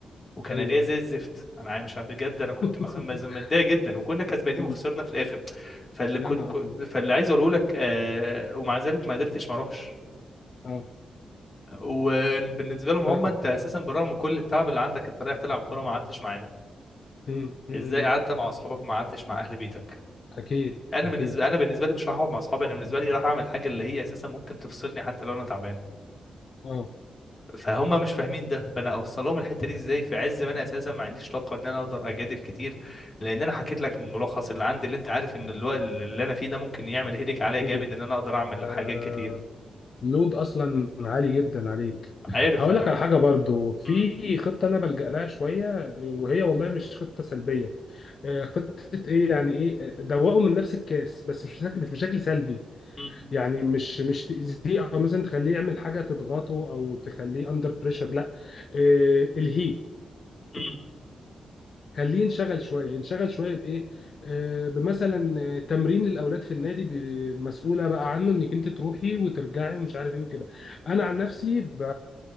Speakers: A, on the left (about 40°); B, on the left (about 60°).
A: وكان
B: ايوه
A: اداء
B: ايوه
A: زي الزفت انا عا- مش عارف بجد انا كنت
B: <laughs>
A: مخ- مز- متضايق جدا وكنا كسبانين
B: مم.
A: وخسرنا في الاخر فاللي
B: يا
A: كنت
B: نهار
A: كو-
B: ابيض
A: فاللي عايز اقوله لك آه ومع ذلك ما قدرتش ما اروحش
B: اه
A: وبالنسبه لهم
B: فاهم
A: هم انت اساسا برغم من كل التعب اللي عندك انت رايح تلعب كوره ما قعدتش معانا
B: مم. مم.
A: ازاي
B: مم.
A: قعدت مع اصحابك وما قعدتش مع اهل بيتك
B: اكيد
A: يعني انا
B: اكيد
A: بالنسبه انا بالنسبه لي مش راح اقعد مع اصحابي انا بالنسبه لي راح اعمل حاجه اللي هي اساسا ممكن تفصلني حتى لو انا تعبان
B: اه
A: فهم مش فاهمين ده فانا اوصل لهم الحته دي ازاي في عز ما انا اساسا ما عنديش طاقه ان انا اقدر اجادل كتير لان انا حكيت لك الملخص اللي عندي اللي انت عارف ان الوقت اللي انا فيه ده ممكن يعمل هيدك عليا
B: اكيد
A: جامد ان انا اقدر اعمل
B: آه.
A: حاجات كتير
B: لود اصلا عالي جدا عليك
A: عارف
B: هقول
A: انا
B: لك على حاجه برضو في
A: مم.
B: خطه انا بلجأ لها شويه وهي والله مش خطه سلبيه آه، خطه ايه يعني ايه دوقه من نفس الكاس بس مش بشكل مش بشكل سلبي
A: مم.
B: يعني مش مش تاذيه او مثلا تخليه يعمل حاجه تضغطه او تخليه اندر بريشر لا آه، الهيه
A: مم.
B: خليه ينشغل شويه ينشغل شويه بايه آه بمثلا آه، تمرين الاولاد في النادي ب- مسؤوله بقى عنه انك انت تروحي وترجعي ومش عارف ايه وكده انا عن نفسي ب...